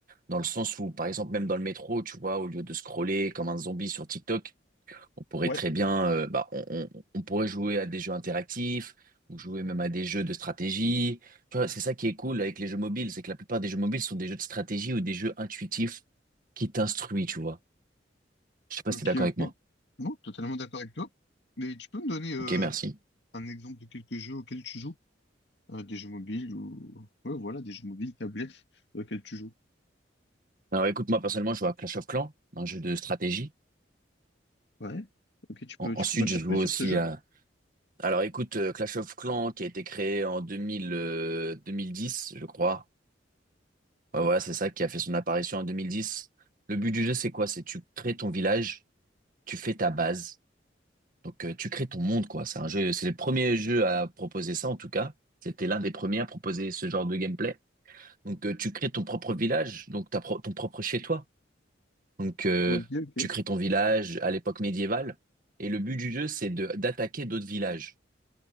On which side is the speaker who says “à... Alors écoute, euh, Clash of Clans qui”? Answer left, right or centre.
Right